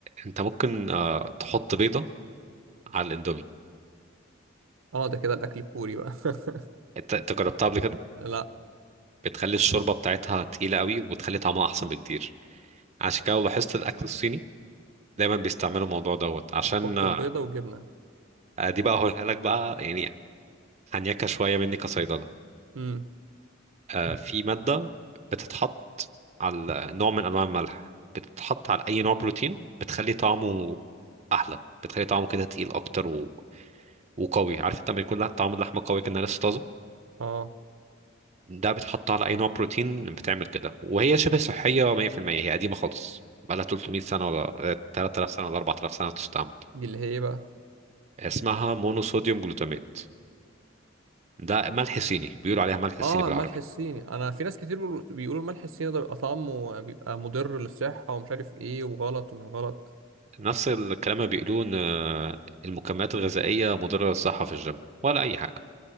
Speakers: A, on the right; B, on the right.
A: انت ممكن آه تحط بيضه على الاندومي
B: اه ده كده الأكل الكوري بقى <laughs>
A: انت انت جربتها قبل كده
B: لا
A: بتخلي الشوربه بتاعتها تقيله قوي وبتخلي طعمها احسن بكتير عشان كده لو لاحظت الاكل الصيني دايما بيستعملوا الموضوع دوت عشان
B: بيحطوا
A: آه
B: البيضة وجبنة
A: دي بقى هقولها لك بقى يعني هنيكه شويه مني كصيدله
B: امم.
A: آه، في مادة بتتحط على نوع من أنواع الملح بتتحط على أي نوع بروتين بتخلي طعمه أحلى بتخلي طعمه كده تقيل أكتر و... وقوي عارف انت لما يكون لح- طعم اللحمة قوي كأنها لسه طازة
B: اه
A: ده بتحط على أي نوع بروتين بتعمل كده وهي شبه صحية 100% هي قديمة خالص بقالها 300 سنة ولا آه، 3000 سنة ولا 4000 سنة بتستعمل
B: دي اللي هي إيه بقى
A: اسمها مونوصوديوم جلوتاميت ده ملح صيني بيقولوا عليها ملح
B: اه
A: صيني بالعربي
B: الملح الصيني انا في ناس كتير بيقولوا بيقولوا الملح الصيني ده بيبقى طعمه بيبقى مضر للصحة ومش عارف ايه وغلط ومش غلط
A: نفس الكلام اللي بيقولوه ان آه، المكملات الغذائيه مضره للصحه في الجيم ولا اي حاجه